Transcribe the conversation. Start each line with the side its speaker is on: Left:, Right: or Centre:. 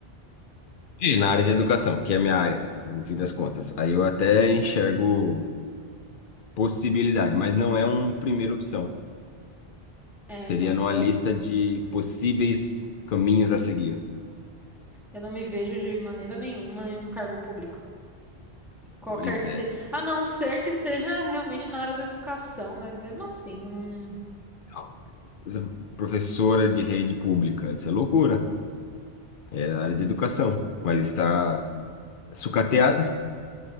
Left: é, na área de educação, que é a minha área, no fim das contas. Aí eu até enxergo possibilidade, mas não é uma primeira opção.
Centre: É,
Left: Seria
Centre: então,
Left: numa
Centre: eu,
Left: lista de possíveis caminhos a seguir.
Centre: Eu não me vejo de maneira nenhuma em um cargo público, qualquer
Left: Pois
Centre: que
Left: é.
Centre: seja. A não ser que seja realmente na área da educação, mas mesmo assim, não.
Left: Au. Professora de rede pública, isso é loucura. É na área de educação, mas está sucateada